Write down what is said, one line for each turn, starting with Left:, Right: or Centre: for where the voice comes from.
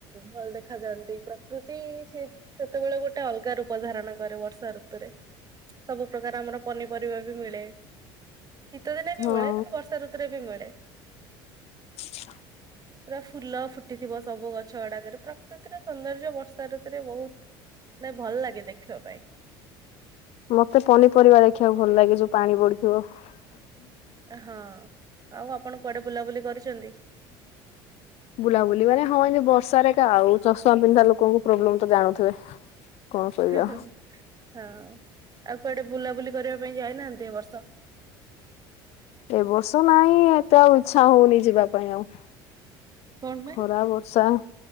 Right: ଭଲ ଦେଖା ଯାଆନ୍ତି ପ୍ରକୃତି ସେ ସେତେବେଳେ ଗୋଟେ ଅଲଗା ରୂପ ଧାରଣ କରେ ବର୍ଷା ଋତୁରେ। ସବୁ ପ୍ରକାର ଆମର ପନିପରିବା ବି ମିଳେ। ଶୀତ ଦିନେ ବି
Left: ହଁ
Right: ମିଳେ କିନ୍ତୁ ବର୍ଷା ଋତୁରେ ବି ମିଳେ।
Left: <inaudible>
Right: ପୁରା ଫୁଲ ଫୁଟିଥିବ ସବୁ ଗଛ ଗୁଡାକରେ, ପ୍ରକୃତିର ସୌନ୍ଦର୍ଯ୍ୟ ବର୍ଷା ଋତୁରେ ବହୁତ ନାଇ ଭଲ ଲାଗେ ଦେଖିବା ପାଇଁ।
Left: ମତେ ପନିପରିବା ଦେଖିବାକୁ ଭଲ ଲାଗେ ଯୋଉ ପାଣି ପଡିଥିବ। <inaudible>
Right: ହଁ, ଆଉ ଆପଣ କୁଆଡେ ବୁଲାବୁଲି କରିଚନ୍ତି?
Left: ବୁଲାବୁଲି ମାନେ ହଁ ଏମତି ବର୍ଷାରେ ଏକା ଆଉ ଚଷମା ପିନ୍ଧା ଲୋକଙ୍କୁ ପ୍ରୋବ୍ଲେମ ତ ଜାଣୁଥିବେ? କଣ କହିବା
Right: ହଁ, ଆଉ କୁଆଡେ ବୁଲାବୁଲି କରିବା ପାଇଁ ଯାଇନାହାନ୍ତି ଏ ବର୍ଷ।
Left: ଏ ବର୍ଷ ନାହିଁ ଏତେ ଆଉ ଇଛା ହଉନି ଯିବା ପାଇଁ ଆଉ।
Right: କଣ ପାଇଁ?
Left: ଖରା ବର୍ଷା।